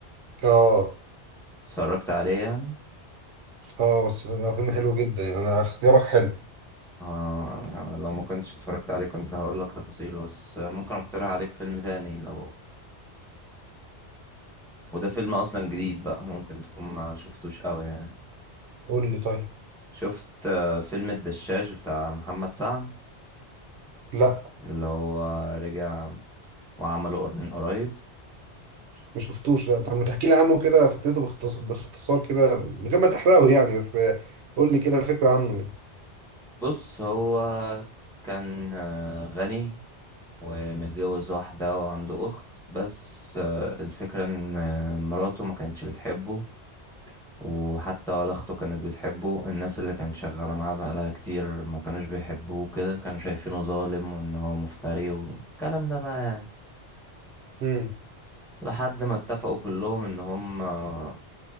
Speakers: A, on the right; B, in the centre.
A: اه
B: اتفرجت عليه يعني
A: اه بس ده فيلم حلو جدا يعني انا اختيارك حلو
B: آه أنا لو ما كنتش اتفرجت عليه كنت هقول لك تفاصيله بس آه، ممكن اقترح عليك فيلم تاني لو وده فيلم اصلا جديد بقى ممكن تكون ما شفتوش قوي يعني
A: قول لي طيب
B: شفت آه، فيلم الدشاش بتاع محمد سعد
A: لا
B: اللي هو رجع وعمله قر- من قريب
A: ما شفتوش لا طب ما تحكي لي عنه كده فكرته باختصار باختصار كده من غير ما تحرقه يعني بس آه، قول لي كده فكرة عنه يعني
B: بص هو كان آه، غني ومتجوز واحدة وعنده أخت بس آه، الفكرة إن آه، مراته ما كانتش بتحبه وحتى ولا أخته كانت بتحبه الناس اللي كانت شغالة معاه بقالها كتير ما كانوش بيحبوه كده كانوا شايفينه ظالم وإن هو مفتري والكلام ده بقى يعني
A: امم
B: لحد ما اتفقوا كلهم إن هم آه،